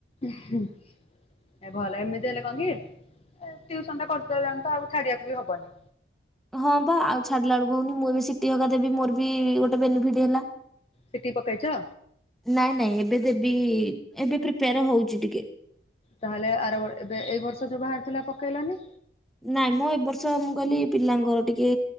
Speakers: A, on the left; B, in the centre.
A: ହୁଁ। ଏ ଭଲ ଏମିତି ହେଲେ କଣ କିି ଟିଉସନଟା କରିଦେଲାଣି ତ ଆଉ ଛାଡିବାକୁ ବି ହବନି।
B: ହଁ ବା ଆଉ ଛାଡିଲା ବେଳକୁ ହଉନି ମୁଁ ଏବେ ସିଟି ହଗା ଦେବି ମୋର ବି ଗୋଟେ ବେନିଫିଟ ହେଲା।
A: ସିଟି ପକେଇଛ।
B: ନାଇଁ ନାଇଁ ଏବେ ଦେବି ଏବେ ପ୍ରିପେୟାର ହଉଛି ଟିକେ।
A: ତାହେଲେ ଆର ବ ଏବେ ଏଇ ବର୍ଷ ଯୋଉ ବାହାରିଥିଲା ପକେଇଲନି।
B: ନାଇଁ ମୁଁ ଏ ବର୍ଷ ମୁଁ କହିଲି ପିଲାଙ୍କର ଟିକେ